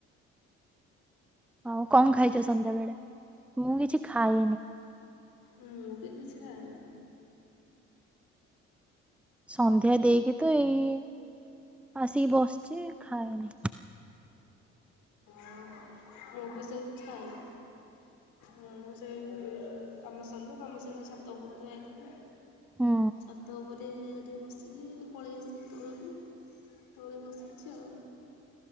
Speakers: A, in the centre; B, on the left.
A: ଆଉ କଣ ଖାଇଛ ସନ୍ଧ୍ୟାବେେଳେ, ମୁଁ କିଛି ଖାଇନି।
B: ମୁଁ ବି କିଛି ଖାଇନି।
A: ସନ୍ଧ୍ୟା ଦେଇକି ତ ଏଇ ଆସିକି ବସିଛି, ଖାଇନି।
B: ଆଉ ମୁଁ ବି ସେଇ କିଛି ଖାଇନି। ମୁଁ ସେଇ କାମ ସରିଲା, କାମ ସରିଲା ଛାତ ଉପରକୁ ଯାଇଥିଲି।
A: ହୁଁ।
B: ଛାତ ଉପରେ ଟେ ଟିକେ ବସିକି ଟିକେ ପଳେଇ ଆସିଲି ତଳକୁ ତଳେ ବସିଛି ଆଉ।